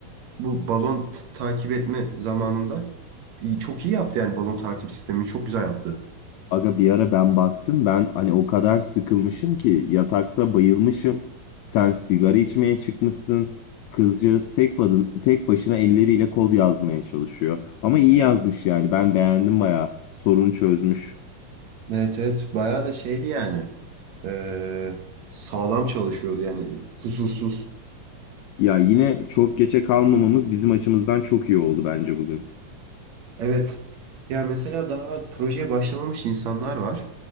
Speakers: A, on the right (about 60°); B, on the left (about 85°).
A: bu balon t- takip etme zamanında iyi, çok iyi yaptı yani balon takip sistemini çok güzel yaptı.
B: Aga bir ara ben baktım ben hani o kadar sıkılmışım ki yatakta bayılmışım. Sen sigara içmeye çıkmışsın. Kızcağız tek, badın, tek başına elleriyle kod yazmaya çalışıyor. Ama iyi yazmış yani ben beğendim bayağı. Sorunu çözmüş.
A: Evet evet bayağı da şeydi yani e, sağlam çalışıyordu yani kusursuz.
B: Ya yine çok geçe kalmamamız bizim açımızdan çok iyi oldu bence bugün.
A: Evet ya mesela daha projeye başlamamış insanlar var.